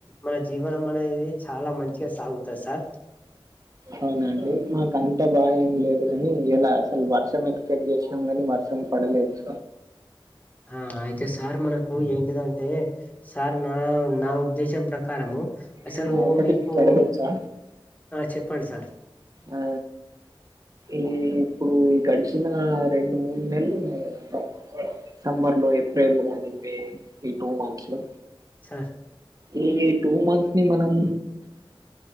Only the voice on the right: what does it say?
అవున అండి మాకంత బాద ఏం లేదు కాని ఎలా అసలు వర్షం ఎక్స్పెక్ట్ చేసినాం కానీ వర్షం పడలేదు
నేను
ఒకటి
అడగచ్చా
ఆ ఈ ఇప్పుడు ఈ గడిచిన రెండు మూడు నెలలు ఉన్నాయి కదంట సమ్మర్ లో ఏప్రిల్ కాని మే ఈ టూ మంత్స్ లో
ఈ టూ మంత్స్ ని మనం